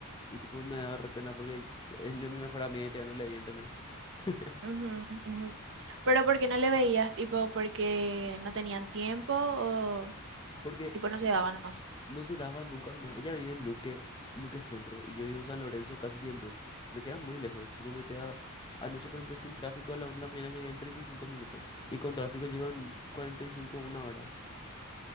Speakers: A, on the left (about 20°); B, on the right (about 60°).
A: Y tipo me daba re pena porque es ni mi mejor amiga y todavía no le vi, ¿entendés? <laughs>
B: ujú, ujú. Pero ¿por qué no le veías? Tipo, porque no tenían tiempo o
A: Porque
B: tipo no se daban nomás.
A: No se daba nunca nomás. Ella vive en Luque, Luque Centro y yo vivo en San Lorenzo, casi Ñemby. Me queda muy lejos. Tipo, me queda anoche, por ejemplo, sin tráfico a la una de la mañana llegué en 35 minutos. Y con tráfico llego en cuarenta y cinco una hora.